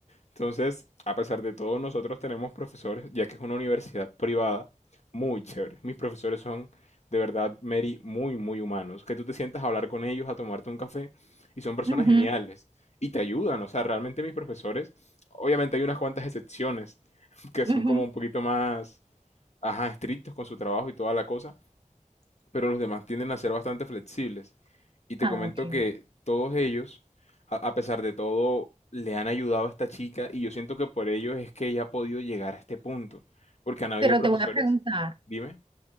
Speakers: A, on the left; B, on the right.
A: Entonces, a pesar de todo, nosotros tenemos profesores, ya que es una universidad privada, muy chévere. Mis profesores son, de verdad, Mary, muy, muy humanos. Que tú te sientas a hablar con ellos, a tomarte un café, y son personas
B: Ujú,
A: geniales. Y te ayudan, o sea, realmente mis profesores, obviamente hay unas cuantas excepciones <laughs> que
B: ujú.
A: son como un poquito más, ajá, estrictos con su trabajo y toda la cosa, pero los demás tienden a ser bastante flexibles. Y te
B: Ah,
A: comento
B: ok.
A: que todos ellos, a, a pesar de todo, le han ayudado a esta chica y yo siento que por ellos es que ella ha podido llegar a este punto, porque han habido
B: Pero
A: profesores,
B: te voy a preguntar,
A: dime,